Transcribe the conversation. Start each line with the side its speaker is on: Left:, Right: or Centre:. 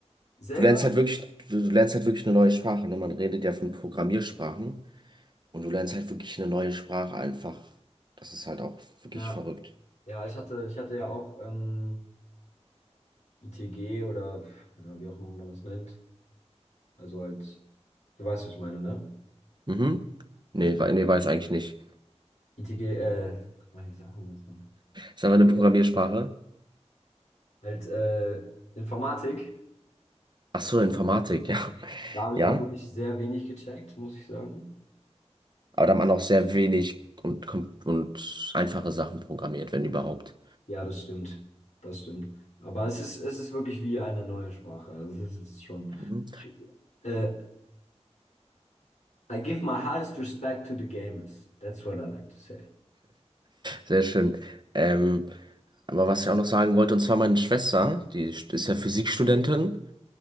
Left: selber,
Right: Du lernst halt wirklich, du, du lernst halt wirklich eine neue Sprache, ne? Man redet ja von Programmiersprachen und du lernst halt wirklich eine neue Sprache einfach. Das ist halt auch wirklich
Left: ja,
Right: verrückt.
Left: ja, ich hatte, ich hatte ja auch ähm, ITG oder ja, wie auch immer man das nennt. Also halt, du weißt, was ich meine, ne?
Right: Mhm. Nee, we- nee, weiß eigentlich nicht.
Left: ITG, äh, wie sagt man das denn?
Right: Ist aber eine
Left: Egal.
Right: Programmiersprache.
Left: Halt äh, Informatik.
Right: Ach so,
Left: Und
Right: Informatik, <laughs> ja.
Left: Da habe
Right: ja.
Left: ich auch wirklich sehr wenig gecheckt, muss ich sagen.
Right: Aber da hat man auch sehr wenig und, kom- und einfache Sachen programmiert, wenn überhaupt.
Left: Ja, das stimmt. Das stimmt. Aber es ist, es ist wirklich wie eine neue Sprache. Also es ist schon.
Right: Mhm.
Left: Ich, äh, I give my highest respect to the gamers. That's what I like to say.
Right: Sehr schön. Ähm, aber was ich auch noch sagen wollte, und zwar meine Schwester, die ist ja Physikstudentin